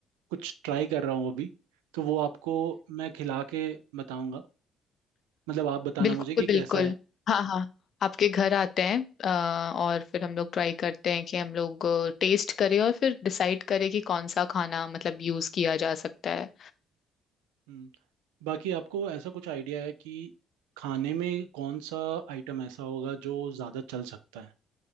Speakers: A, on the right; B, on the left.
A: कुछ ट्राई कर रहा हूँ अभी तो वो आपको मैं खिला के बताऊंगा मतलब आप बताना
B: बिल्कुल
A: मुझे कि
B: बिल्कुल
A: कैसा है
B: हाँ हाँ आपके घर आते हैं अ, और फिर हम लोग ट्राई करते हैं कि हम लोग टेस्ट करें और फिर डिसाइड करें कि कौन सा खाना मतलब यूज किया जा सकता है
A: हम्म बाकी आपको ऐसा कुछ आइडिया है कि खाने में कौन सा आइटम ऐसा होगा जो ज़्यादा चल सकता है